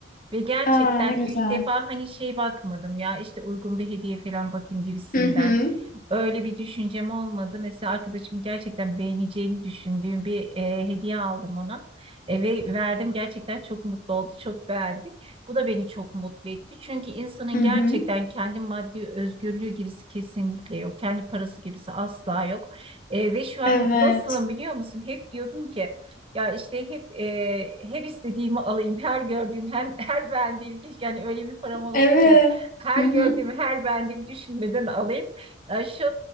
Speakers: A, on the right; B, on the left.
A: Ve gerçekten
B: Aa ne güzel.
A: ilk defa hani şey bakmadım ya işte uygun bir hediye falan bakayım gibisinden.
B: Hı hı.
A: Öyle bir düşüncem olmadı. Mesela arkadaşım gerçekten beğeneceğini düşündüğüm bir e, hediye aldım ona. E, ve verdim gerçekten çok mutlu oldu, çok beğendi. Bu da beni çok mutlu etti. Çünkü insanın
B: Hı hı.
A: gerçekten kendi maddi özgürlüğü gibisi kesinlikle yok. Kendi parası gibisi asla yok. E, ve şu
B: Evet.
A: an nasılım biliyor musun? Hep diyordum ki ya işte hep e, her istediğimi alayım, her gördüğüm, hem <laughs> her beğendiğim keşke yani öyle bir param olsa
B: Evet.
A: ki her
B: Hı hı.
A: gördüğümü, her beğendiğimi düşünmeden alayım. Ya şu